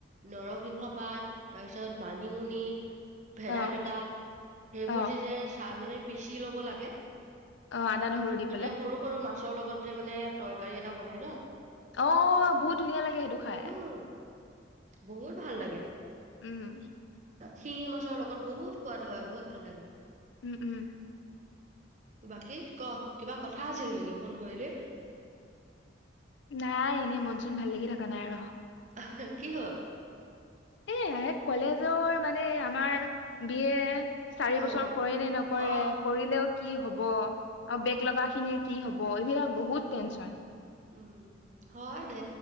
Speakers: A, on the right; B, on the left.
A: নৰসিংহ পাত। তাৰ পিছত মানিমুনি ভেদাইলতা
B: অ
A: সেইবোৰ
B: অ
A: যেতিয়া চা মানে। পিচি ল'ব লাগে।
B: অ আদানহুৰুি।
A: তিয়া সৰু সৰু মাহ। মাছৰ লগত যে মানে তৰকাৰী এটা বনাই ন।
B: অ বহুত ধুনীয়া লাগে সেইটো খাই।
A: উম বহুত ভাল লাগে।
B: উম।
A: শিঙি মাছৰ লগত বহুত সোৱাদ হয় বহুত ভাল লাগে।
B: উম উম
A: বাকী ক কিবা কথা আছিল নেকি ফোন কৰিলেি
B: নাই এনেই মন চন ভাল লাগি থকা নাই ৰ
A: আহ কি হল
B: এ কলেজৰ মানে আমাৰ বিয়ে চাৰি বছৰ
A: অ
B: কৰে নে নকৰে
A: অ
B: কৰিলেও কি হব আৰু বেগ লগা খিনিৰ কি হ'ব এইবিলাক বহুত টেনচন
A: উম হয় দে